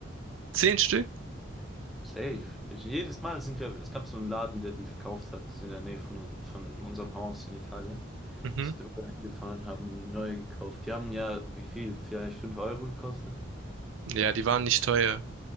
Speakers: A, on the right (about 80°); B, in the centre.
A: zehn Stück?
B: Safe. Ich, jedes Mal sind wir, es gab so einen Laden, der die verkauft hat in der Nähe von, von unserem Haus in Italien.
A: Mhm.
B: Sind wir hingefahren, haben neue gekauft. Die haben ja, wie viel? Vielleicht 5 Euro gekostet.
A: Ja, die waren nicht teuer.